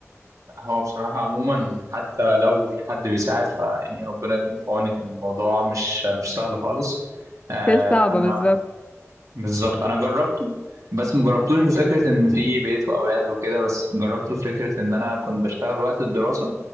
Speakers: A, on the right (about 80°); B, on the left (about 25°).
A: هو بصراحه عموما حتى لو في حد بيساعد فيعني ربنا يكون في عونك الموضوع مش مش سهل خالص آه
B: ستيل صعبة
A: انا
B: بالظبط
A: بالظبط انا جربته بس مجربتوش بفكره ان في بيت واولاد وكده بس جربته فكره ان انا كنت بشتغل وقت الدراسه